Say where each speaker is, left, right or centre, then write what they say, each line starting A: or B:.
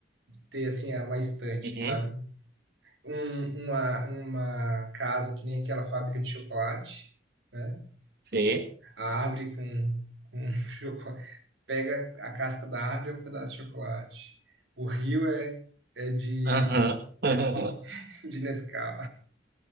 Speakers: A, on the right; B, on the right.
A: ter assim uma estante,
B: Uhum.
A: sabe? Um- uma, uma casa que nem aquela fábrica de chocolate, né?
B: Sim.
A: A árvore com, com <laughs> chocolate. Pega a casca da árvore é um pedaço de chocolate. O rio é, é de,
B: Aham. <laughs>
A: <laughs> de Nescau.